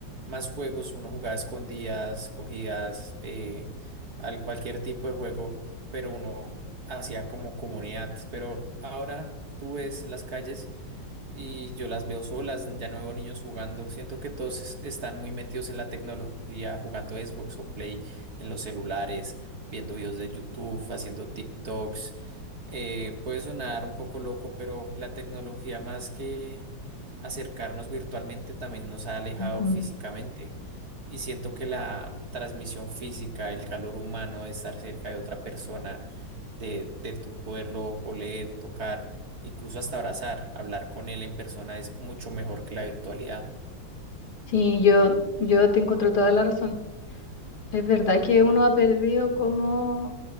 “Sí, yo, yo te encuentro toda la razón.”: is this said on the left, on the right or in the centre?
Left